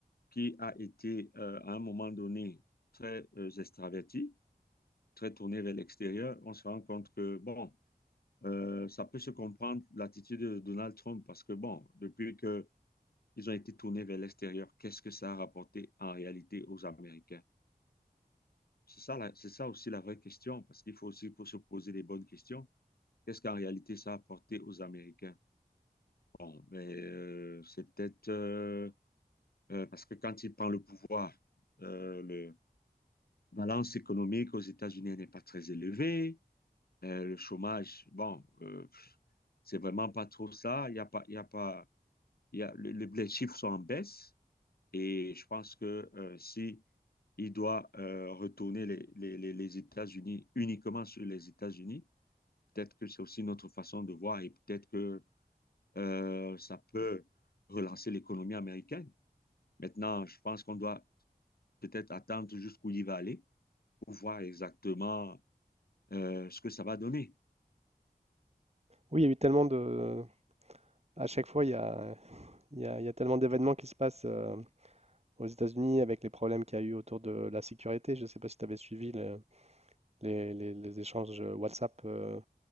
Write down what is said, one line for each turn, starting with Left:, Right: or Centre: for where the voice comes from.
Left: qui a été euh, à un moment donné très euh, extraverti, très tourné vers l'extérieur, on se rend compte que, bon, euh, ça peut se comprendre l'attitude de Donald Trump parce que, bon, depuis qu'ils ont été tournés vers l'extérieur, qu'est-ce que ça a rapporté en réalité aux Américains? C'est ça, la- c'est ça aussi la vraie question, parce qu'il faut aussi faut se poser les bonnes questions. Qu'est-ce qu'en réalité ça a apporté aux Américains? Bon, mais euh, c'est peut-être euh, euh, parce que quand il prend le pouvoir, euh, le, balance économique aux États-Unis n'est pas très élevée. Euh, le chômage, bon, euh, pff, c'est vraiment pas trop ça. Il y a pas, il y a pas, il y a, le- le- les chiffres sont en baisse et je pense que euh, si il doit euh, retourner les, les, les, les États-Unis uniquement sur les États-Unis, peut-être que c'est aussi notre façon de voir et peut-être que euh, ça peut relancer l'économie américaine. Maintenant, je pense qu'on doit peut-être attendre jusqu'où il va aller pour voir exactement euh, ce que ça va donner.
Right: Oui, il y a eu tellement de... À chaque fois, il y a, Il y a, il y a tellement d'événements qui se passent euh, aux États-Unis avec les problèmes qu'il y a eu autour de la sécurité. Je ne sais pas si tu avais suivi le- les, les- les échanges WhatsApp euh,